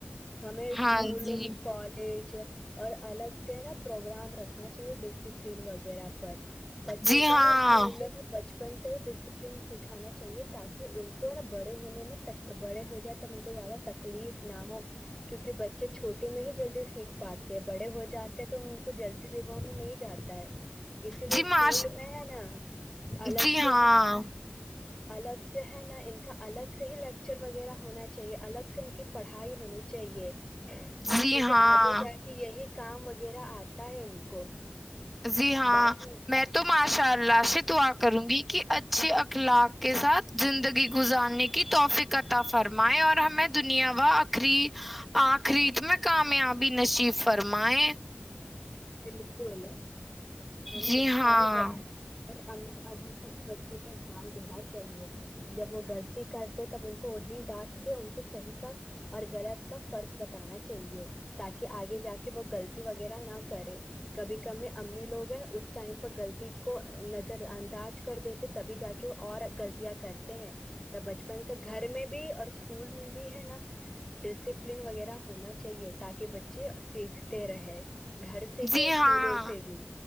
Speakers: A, on the left (about 15°); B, in the centre.
A: ہمیں اسکولوں
B: ہاں جی
A: کالج اور الگ سے نا پروگرام رکھنا چاہیے ڈسپلن وغیرہ پر بچوں
B: جی
A: کو
B: ہاں
A: ہے نا اسکول میں بچ اپن سے ہی ڈسپلین سکھانا چاہیے تاکہ ان کو ن بڑے ہونے میں بڑے ہو جات ت ان کو زیادہ تکلیف نہ ہو کیونکہ بچے چھوٹے میں ہی جلدی سیکھ پاتے ہیں بڑے ہو جاتے ہیں تو ان کو جلدی دماغ میں نہیں جاتا ہے اسی لیے
B: جی
A: اسکول
B: معاش
A: میں ہے نا الگ
B: جی ہاں
A: سے ہے نا الگ سے ہے نا ان کا الگ سے ہی لیکچر وغیرہ ہونا چاہیے الگ سے ان کی پڑھائی ہونی چاہیے
B: جی
A: کیونکہ
B: ہاں
A: آگے جا کے یہی کام وغیرہ آتا ہے ان کو
B: جی ہاں
A: باقی
B: میں تو ماشاء اللہ سے دعا کروں گی کہ اچھے اخلاق کے ساتھ زندگی گزارنے کی توفقتا فرمائیں اور ہمیں دنیا وخری آخریت میں کامیابی نصیب فرمائے
A: بالکل ہمیں
B: جی ہاں
A: سارے ب... اور امیں ابو کو بھی بچوں پر دھیان دینا چاہیے جب وہ غلطی کرتے تب ان کو وہیں ڈانٹ کے ان کو صحیح کا اور غلط کا فرق بتانا چاہیے تاکہ آگے جا کے وہ غلطی وغیرہ نہ کرے کبھی کبھی امی لوگ ہیں اس ٹائم پر غلطی کو نظر انداز کر دیتے تبھی جا کے وہ اور غلطیاں کرتے ہیں تو بچپن سے گھر میں بھی اور اسکول میں بھی ہے نا ڈسپلین وغیرہ ہونا چاہیے تاکہ بچے سیکھتے رہے گھر سے بھی
B: جی
A: اور اسکولوں
B: ہاں
A: سے بھی